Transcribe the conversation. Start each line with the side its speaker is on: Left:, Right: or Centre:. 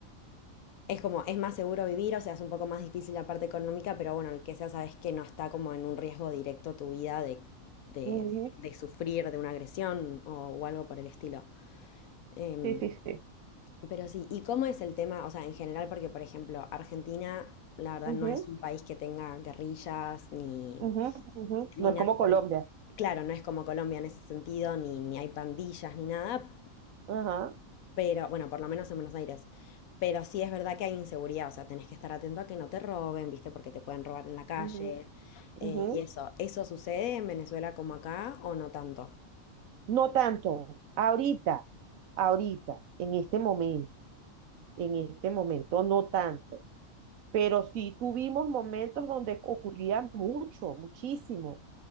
Left: es como, es más seguro vivir, o sea, es un poco más difícil la parte económica, pero bueno, el que sea, sabes que no está como en un riesgo directo tu vida de, de,
Right: ujú,
Left: de sufrir de una agresión o, o algo por el estilo. Em,
Right: sí, sí, sí.
Left: Pero sí, ¿y cómo es el tema? O sea, en general, porque por ejemplo, Argentina, la verdad,
Right: Ujú,
Left: no es un país que tenga guerrillas ni,
Right: ujú, ujú.
Left: ni
Right: No es
Left: nada.
Right: como Colombia.
Left: por el- Claro, no es como Colombia en ese sentido, ni, ni hay pandillas ni nada,
Right: Ajá,
Left: pero bueno, por lo menos en Buenos Aires. Pero sí es verdad que hay inseguridad, o sea, tenés que estar atento a que no te roben, ¿viste? Porque te pueden robar en la calle
Right: ujú,
Left: eh,
Right: ujú.
Left: y eso. ¿Eso sucede en Venezuela como acá o no tanto?
Right: No tanto. Ahorita, ahorita, en este momento, en este momento, no tanto. Pero sí tuvimos momentos donde ocurría mucho, muchísimo.